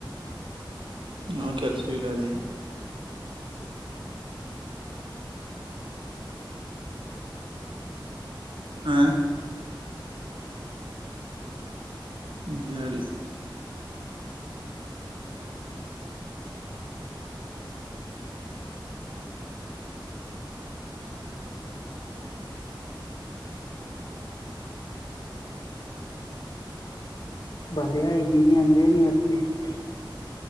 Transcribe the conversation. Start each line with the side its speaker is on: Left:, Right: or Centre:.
Right: ಹ ಕೆಲ್ಸ ಇಲ್ಲರಿ ಹ ಜಾರಿ
Left: ಬಂದಿ ಆನಿ ಅಂಗಡ ನೀವು ಸುಮ ಇಷ್ಟತಿದೆ